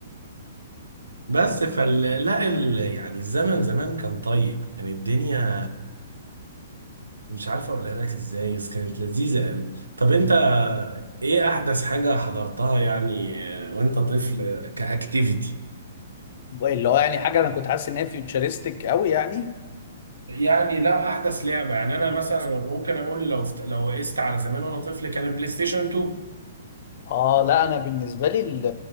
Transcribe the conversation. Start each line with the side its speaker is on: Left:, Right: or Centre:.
Right: بس فال لا ال... يعني الزمن زمان كان طيب كان الدنيا مش عارفه اقولها لك ازاي بس كانت لذيذه قوي طب انت ايه احدث حاجه حضرتها يعني وانت طفل كاكتيفيتي
Left: اللي هو يعني حاجة انا كنت حاسس ان هي فيوتشرستك قوي يعني
Right: يعني لا احدث لعبه يعني انا مثلا ممكن اقول لو است... لو قست على زمان وانا طفل كان البلاي ستيشن 2
Left: اه لا انا بالنسبه لي ال-